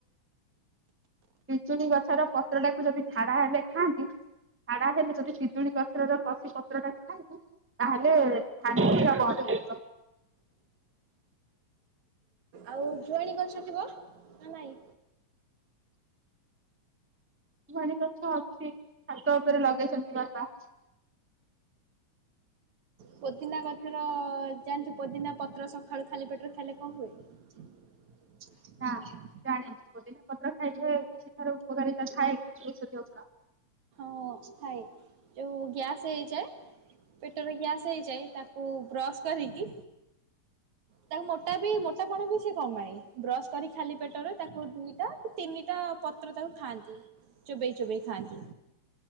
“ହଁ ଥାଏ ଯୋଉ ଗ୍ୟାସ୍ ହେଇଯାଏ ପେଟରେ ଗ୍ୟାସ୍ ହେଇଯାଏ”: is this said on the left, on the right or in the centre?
Right